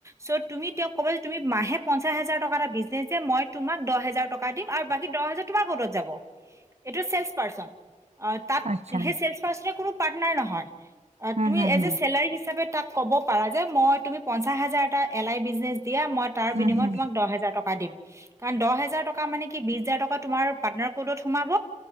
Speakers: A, on the right; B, on the right.
A: চ, তুমি তেওঁক কবা যে তুমি মাহে- পঞ্চাশ হাজাৰ টকাটা বিজনেছ দিয়ে মই তোমাক- দহেজাৰ টকা- কা দিম আৰু বাকী দহ হাজাৰ তোমাৰ ক'ডত যাব, এইটো চেলছ পাৰ্চন, অ তাক,
B: আচ্ছা।
A: সেই চেলছ পাৰ্চনে কোনো পাৰ্টনাৰ নহ- হয়। অ
B: হুম,
A: তুমি
B: হুম,
A: এজ
B: হুম।
A: এ চেলাৰী হিচাপে তাক- ক'ব পাৰা যে মই তুমি পঞ্চাশ হাজাৰ- টা এলাই বিজনেছ দিয়ে, মই তাৰ
B: হুম,
A: বিনিময়ত
B: হুম,
A: তোমাক দহ হাজাৰ টকা দিম, কাৰণ দহ হাজাৰ টক- কা মানে কি বিশ হাজাৰ টকা- তোমাৰ- পাৰ্টনাৰ ক'ডত সোমাব